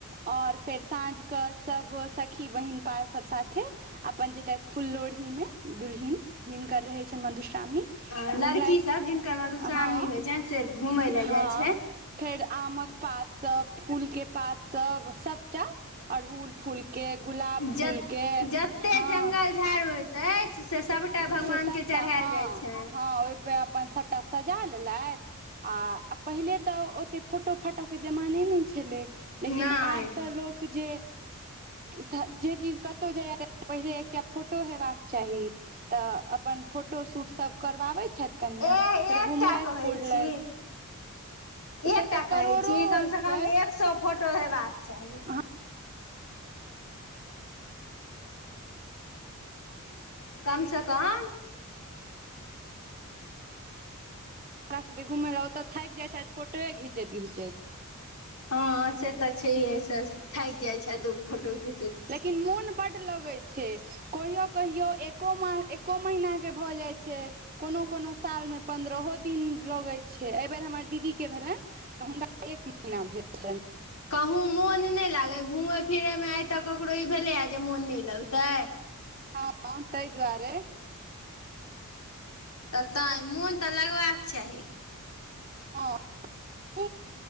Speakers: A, on the right; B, on the left.
A: आओर फेर साँझके सभ सखी बहिनपा सभ साथे अपन जेतथि फुल लोढ़ी मे दुलहिन जिनकर रहै छनि मधुश्रावणी
B: आ
A: घुमलथि
B: लड़कीसभ जिनकर मधुश्रावणी
A: हँ
B: होइ छनि से घुमय लए
A: हँ
B: जाइ छै
A: फेर आमक पात सब फूलके पात सब सभटा अरहुल फूल के गुलाब
B: ज
A: फूल के
B: जते
A: हँ
B: जंगल झाड़ होइत अछि से सभटा भगवान
A: से सब सभटा
B: के चढ़ायल
A: हँ
B: जाइ छनि
A: हँ ओहिपे अपन सभटा सजा लेलथि आ पहिले तऽ ओते फोटो फाटो के जमाने नहि छेलै लेकिन
B: नहि
A: आब तऽ लोक जे जे चीज कतौ जेबेय पहिले एकटा फोटो हेबाक चाही तऽ अपन फोटो शूट सब करबाबैत छथि कनियाँ
B: ए
A: फेर
B: एकटा
A: घुमलथि
B: कहै
A: पुरलथि
B: छी एकटा
A: से तऽ
B: कहै
A: करोड़ो
B: छी कम
A: होइ
B: सॅं
A: छै
B: कम एक सौ फोटो हेबाक चाही
A: अहाँ
B: कमसँ कम
A: हमरा साथ घुम लए ओतऽ थाकि जाइ छथि फोटोए घिचैत घिचैत
B: हँ से तऽ छै हे से थाक जाइ छैत उ फोटो खींचैत
A: लेकिन मोन बड्ड लगैत छै कहियो कहियो एको म एको महीना के भऽ जाइ छै कोनो कोनो साल मे पन्द्रहो दिन लगै छै एहि बेर हमर दीदी के भेलनि हुनका एक महीना भेल छले
B: कहूँ मोन नहि लागै घूमय फिरयमे आइ तक ककरो ई भेलैए जे मोन नहि लगतै
A: हँ तहि दुआरे
B: तऽ तैँ मोन तऽ लगबाक चाहि
A: हँ ख